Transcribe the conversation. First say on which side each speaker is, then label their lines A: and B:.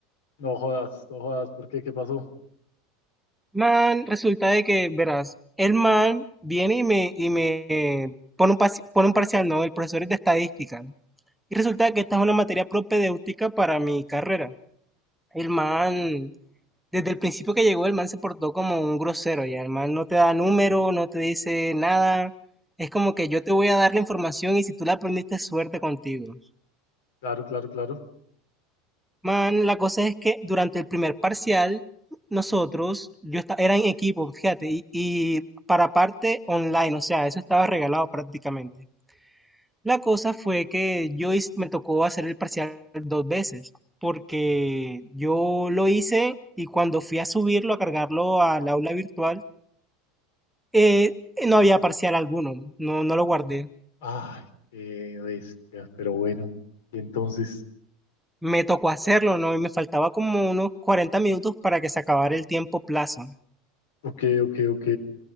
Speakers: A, on the left; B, in the centre.
A: No jodas, no jodas, ¿por qué? ¿Qué pasó?
B: Man, resulta de que, verás, el man viene y me, y me pone un, parci- pone un parcial, no, el profesor es de estadística. Y resulta que esta es una materia propedéutica para mi carrera. El man Desde el principio que llegó, el man se portó como un grosero, ya el man no te da número, no te dice nada. Es como que yo te voy a dar la información y si tú la aprendiste, suerte contigo.
A: Claro, claro, claro.
B: Man, la cosa es que durante el primer parcial, nosotros, yo esta- era en equipo, fíjate, y, y para parte online, o sea, eso estaba regalado prácticamente. La cosa fue que yo hice- me tocó hacer el parcial dos veces porque yo lo hice y cuando fui a subirlo, a cargarlo al aula virtual, Eh, no había parcial alguno, no, no lo guardé.
A: Ay, qué bestia, pero bueno. Y entonces,
B: Me tocó hacerlo, ¿no? Y me faltaba como unos 40 minutos para que se acabara el tiempo plazo.
A: ok, ok, ok,